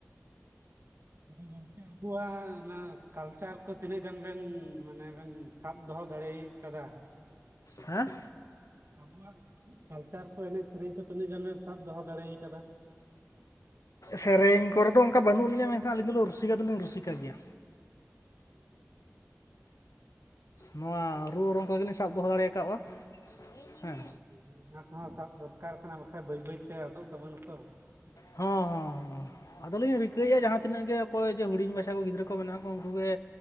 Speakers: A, on the right (about 50°); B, on the left (about 80°).
A: ᱟᱫᱚ ᱜᱚᱝᱠᱮ ᱟᱵᱚᱣᱟᱜ ᱚᱱᱟ ᱠᱟᱞᱪᱟᱨ ᱠᱚ ᱛᱤᱱᱟᱹᱜ ᱜᱟᱱ ᱵᱮᱱ ᱢᱟᱱᱮ ᱵᱮᱱ ᱥᱟᱵ ᱫᱚᱦᱚ ᱫᱟᱲᱮᱭ ᱠᱟᱫᱟ᱾
B: ᱦᱮᱸ!
A: ᱟᱵᱚᱣᱟᱜ ᱠᱟᱞᱪᱟᱨ ᱠᱚ ᱮᱱᱮᱡ ᱥᱮᱨᱮᱧ ᱠᱚ ᱛᱤᱱᱟᱹᱜ ᱜᱟᱱ ᱮᱢ ᱥᱟᱵ ᱫᱚᱦᱚ ᱫᱟᱲᱮᱭ ᱠᱟᱫᱟ?
B: ᱥᱮᱨᱮᱧ ᱠᱚᱨᱮ ᱫᱚ ᱚᱱᱠᱟ ᱵᱟᱹᱱᱩᱜ ᱞᱤᱧᱟ ᱢᱮᱱᱠᱷᱟᱱ ᱟᱹᱞᱤᱧ ᱫᱚ ᱨᱩᱥᱤᱠᱟ ᱫᱚᱞᱤᱧ ᱨᱩᱥᱤᱠᱟ ᱜᱮᱭᱟ᱾
A: ᱚᱸᱻ ᱾
B: ᱱᱚᱣᱟ ᱨᱩ ᱚᱨᱚᱝ ᱠᱚ ᱜᱮᱞᱤᱧ ᱥᱟᱵ ᱫᱚᱦᱚ ᱫᱟᱲᱮᱠᱟᱣᱼᱟ ᱦᱮᱸ᱾
A: ᱦᱮᱸ ᱚᱱᱟ ᱠᱚᱦᱚᱸ ᱥᱟᱵ ᱫᱚᱨᱠᱟᱨ ᱠᱟᱱᱟ ᱵᱟᱠᱷᱟ ᱵᱟᱹᱭ ᱵᱟᱹᱭᱛᱮ ᱟᱫᱚᱜ ᱛᱟᱵᱚᱱᱟ ᱛᱚ᱾
B: ᱦᱚᱸ ᱦᱚᱸ ᱦᱚᱸ ᱟᱫᱚᱞᱤᱧ ᱨᱤᱠᱟᱹᱭ ᱮᱜᱼᱟ ᱡᱟᱦᱟᱸ ᱛᱤᱱᱟᱹᱜ ᱜᱮ ᱚᱠᱚᱭ ᱡᱮ ᱦᱩᱰᱤᱧ ᱵᱷᱟᱪᱷᱟ ᱠᱚ ᱜᱤᱫᱽᱨᱟᱹ ᱠᱚ ᱢᱮᱱᱟᱜ ᱠᱚ ᱩᱱᱠᱩᱩᱜ ᱜᱮ